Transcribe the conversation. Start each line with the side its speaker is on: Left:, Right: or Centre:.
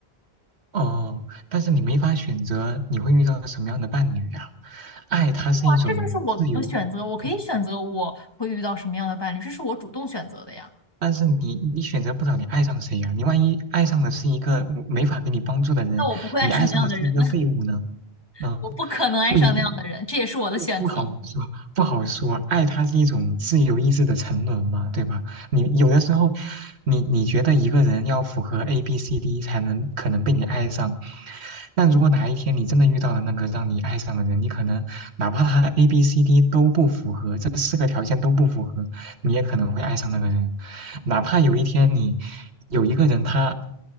Right: 哦，但是你没法选择你会遇到什么样的伴侣呀、爱它是一种自由，
Left: 哇，这就是我的选择，我可以选择我会遇到什么样的伴侣，
Right: 嗯，
Left: 这是我主动选择的呀。
Right: 但是你你选择不了你爱上谁呀、你万一爱上的是一个没法给你帮助的人，
Left: 那我不会爱上那样的人，
Right: 你爱上的是一个废物呢？
Left: <laughs>
Right: 嗯，
Left: 我不可能爱上那样的人，
Right: 不一定
Left: 这也是我的选择。
Right: 不好说，不好说。爱它是一种自由意志的沉沦嘛，对吧？你有的时候，你你觉得一个人要符合 A B C D 才能可能被你爱上，但如果哪一天你真的遇到了那个让你爱上的人，你可能哪怕他 A B C D 都不符合，这四个条件都不符合，你也可能会爱上那个人。哪怕有一天你有一个人他